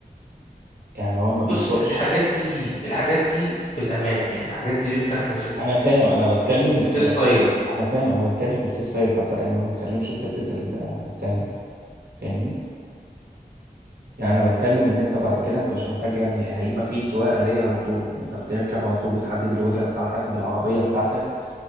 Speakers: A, on the right; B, on the left.
A: يعني هو ما
B: بص
A: بيسوقش
B: الحاجات دي الحاجات دي في الامان يعني الحاجات دي لسه احنا في في
A: انا فاهم انا بتكلم
B: السيف
A: انا
B: سايد
A: ب... انا فاهم انا بتكلم في السيف سايد حتى الان ما بتكلمش في حتة ال- التانية فاهمني يعني انا بتكلم ان انت بعد كده انت مش محتاج يعني هي- هيبقى في سواقة آلية على طول انت بتركب على طول بتحدد الوجهة بتاعتك بالعربية بتاعتك